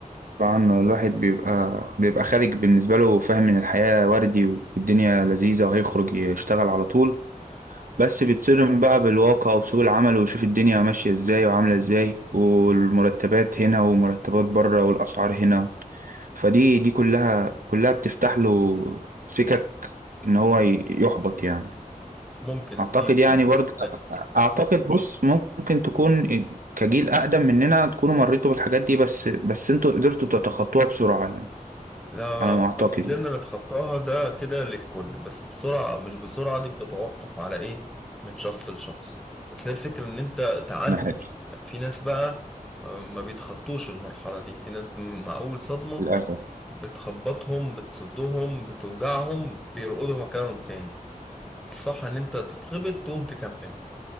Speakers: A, on the right; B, in the centre.
A: عنه الواحد بيبقى بيبقى خارج بالنسبه له فاهم ان الحياه وردي والدنيا لذيذه وهيخرج يشتغل على طول بس بيتصدم بقى بالواقع وبسوق العمل ويشوف الدنيا ماشيه ازاي وعامله ازاي والمرتبات هنا ومرتبات بره والاسعار هنا فدي دي كلها كلها بتفتح له سكك ان هو ي- يحبط يعني
B: ممكن
A: اعتقد
B: دي
A: يعني
B: بس
A: برضه اعتقد بص ممكن تكون كجيل اقدم مننا تكونوا مريتوا بالحاجات دي بس بس انتوا قدرتوا تتخطوها بسرعة يعني
B: لا
A: على ما اعتقد
B: قدرنا
A: يعني
B: نتخطاها ده كده للكل بس بسرعة أو مش بسرعة دي بتتوقف على إيه من شخص لشخص بس هي الفكرة إن أنت تعدي
A: ده حقيقي
B: في ناس بقى ما بيتخطوش المرحلة دي في ناس مع أول صدمة
A: للأسف
B: بتخبطهم بتصدهم بتوجعهم بيرقدوا في مكانهم تاني الصح إن أنت تتخبط تقوم تكمل ما